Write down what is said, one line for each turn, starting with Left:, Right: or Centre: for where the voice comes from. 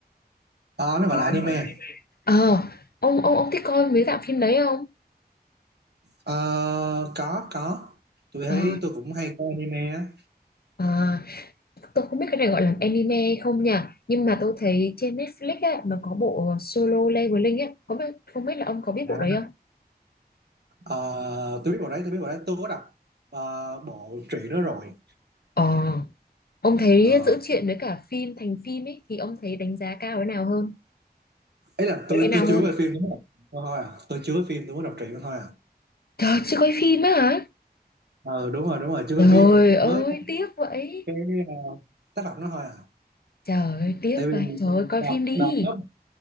Right: Ờ, nó
Left: Ờ,
Right: gọi là anime
Left: nó gọi là anime. ờ ông ông ông thích coi mấy dạng phim đấy không
Right: ờ có có tôi thấy
Left: ờ
Right: tôi cũng hay coi anime á
Left: ờ, tôi không biết cái này gọi là anime không nhỉ nhưng mà tôi thấy trên Netflix á nó có bộ Solo Leveling á không biết không biết là ông có biết
Right: à.
Left: bộ đấy không
Right: ờ, tôi biết bộ đấy tôi biết bộ đấy tôi có đọc ờ, bộ truyện đó rồi
Left: ờ ông thấy
Right: ờ
Left: giữa truyện với cả phim thành phim ấy thì ông thấy đánh giá cao cái nào hơn
Right: ấy là
Left: cái
Right: tôi
Left: nào
Right: tôi
Left: hơn
Right: chưa về phim đúng không Ờ, thôi à tôi chưa về phim tôi muốn đọc truyện đó thôi à
Left: trời chưa coi phim á hả
Right: ờ đúng rồi đúng rồi chưa
Left: Trời
Right: về phim
Left: ơi
Right: mới có
Left: tiếc vậy
Right: cái ờ, tác phẩm đó thôi à
Left: Trời ơi tiếc
Right: tại vì
Left: vậy Trời ơi coi
Right: đọc
Left: phim đi
Right: đọc nó